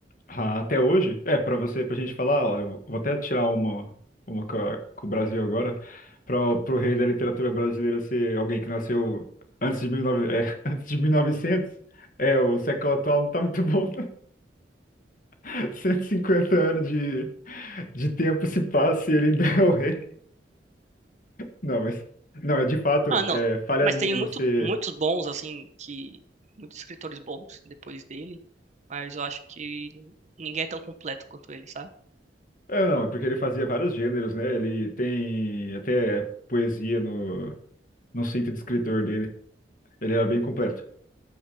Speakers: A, on the left; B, on the right.
A: ah, até hoje, é, para você, pra gente falar, ó, eu vou vou até tirar uma, uma com, a- com o Brasil agora, para o rei da literatura brasileira ser alguém que nasceu antes de 19, é, <laughs> antes de 1900. é, o século atual não tá muito bom, <laughs> 150 anos de tempo se passa e ele ainda é o rei. Não, mas. Não, é de fato,
B: Ah, não.
A: é falha
B: Mas
A: minha
B: tem muito,
A: não ser.
B: muitos bons, assim, que. Muitos escritores bons depois dele. Mas eu acho que ninguém é tão completo quanto ele, sabe?
A: Ah, não, é porque ele fazia vários gêneros, né? Ele tem até poesia no, no cinto de escritor dele. Ele era bem completo.